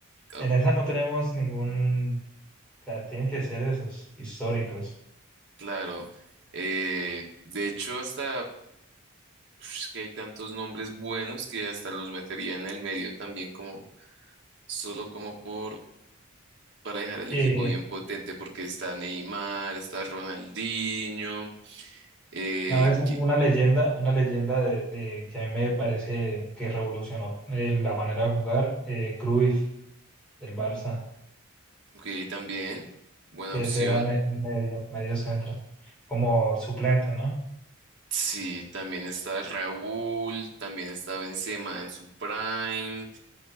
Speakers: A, on the right; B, in the centre.
A: ah,
B: en esa no tenemos ningún, o sea, tienen que ser esos históricos.
A: claro. Eh, de hecho, hasta uf, es que hay tantos nombres buenos que hasta los metería en el medio también como solo como por para dejar el
B: Eh,
A: equipo bien potente porque está Neymar, está Ronaldinho, eh,
B: ¿sabes? U-
A: que
B: Una leyenda, una leyenda de, de que a mí me parece que revolucionó eh, la manera de jugar, eh, Cruyff del Barça,
A: que también buena
B: que
A: opción.
B: ese era me- medio, medio centro, como suplente, ¿no?
A: Sí, también está Raúl, también está Benzema en su prime.